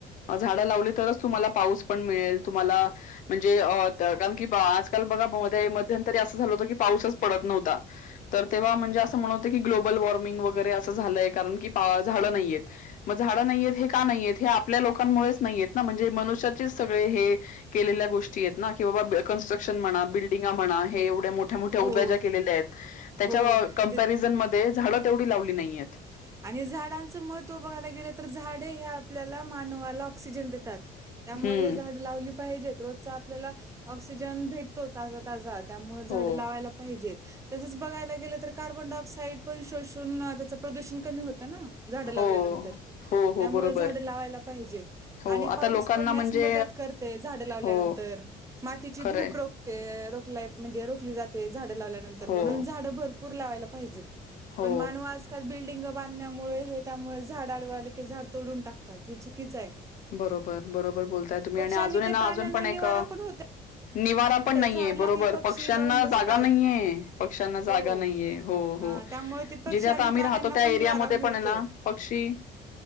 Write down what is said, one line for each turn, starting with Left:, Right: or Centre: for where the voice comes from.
Left: झाडं लावली तरच तुम्हाला पाऊस पण मिळेल तुम्हाला म्हणजे कारण की आजकाल बघाद म म् ध्ये अस झालं होतं की पाऊसच पडत नव्हता तर तेव्हा म्हणजे अस म्हणत ग्लो ग्लबल वॉर्मिंग वगैरे असं झालंय कारण की झालं नाहीये. मग झाडं नाहीय आहेत हे का नाहीय आहेत हे आपल्या लोकांमुळेच नाहीयेत ना म्हणजे मनुष्याचेच सगळे हे केलेल्या गोष्टी आहेत ना की बा क बिल्डिंगा म्हणा हे एवढ्या मोठ्या मोठ्या
Right: हो
Left: ज्या उभ्या केलेल्या आहेत त्यांच्या
Right: हो
Left: कम्प्यारिजन
Right: ते
Left: ते झाडं तेवढी लावली नाहीय आहेत.
Right: आणि झाडांचं महत्त्व बघायला गेलं तर झाडे हे आपल्याला मानवाला ऑक्सिजन देतात. त्यामुळे
Left: हं.
Right: हे झाड लावली पाहिजेत रोजचा आपल्याला ऑक्सिजन भेट तो ताजा ताजा त्यामुळे झाड
Left: हो.
Right: लावायला. पाहिजेत तसंच बघायला गेलं तर कार्बन डाय ऑक्साइड पण शोषून त्या प्रदूषण कमी होतं ना. झाडं लावल्यानंतर
Left: हो. हो, हो.
Right: त्यामुळे
Left: बरोबर.
Right: झाडं लावायला पाहिजेत
Left: हो
Right: आणि
Left: आता
Right: पाऊस
Left: लोकांना
Right: पडण्यास
Left: म्हणजे
Right: मदत करत. झा लावल्यानंतर
Left: हो
Right: मातीचीूपो
Left: खरंय
Right: ते रोखलाय म्हणजे रोखली जाते झाडं लावल्यानंतर
Left: हो
Right: म्हणून झाडं भरपूर लावायला पाहिजेत.
Left: हो
Right: पण मानू आज. बिल्डिंग बांधण्यामुळे हे त्यामुळे झाड आडवायले की झाड तोडून टाकतात हे चुकीच आहे.
Left: बरोबर बरोबर बोलताय तुम्ही
Right: पक्ष
Left: आणि अजून
Right: ते
Left: ना
Right: प्राण्यांना
Left: अजून पण
Right: निवारा
Left: एक
Right: पण होते
Left: निवारा पण नाहीे
Right: झाड ला
Left: बरोबर
Right: ते पक्षी
Left: पक्ष्यांना
Right: जाऊन बसतात
Left: जागा नाही आहे पक्ष्यांना
Right: हो
Left: जागा नाहीये हो
Right: हा
Left: हो.
Right: त्यामुळे ते पक्षी
Left: जिथे आता
Right: आणि
Left: आम्ही
Right: प्राण्यांना
Left: राहतो त्या
Right: पण
Left: एरियामध्ये
Right: निवारा मिळतो
Left: पण आहे ना. पक्षी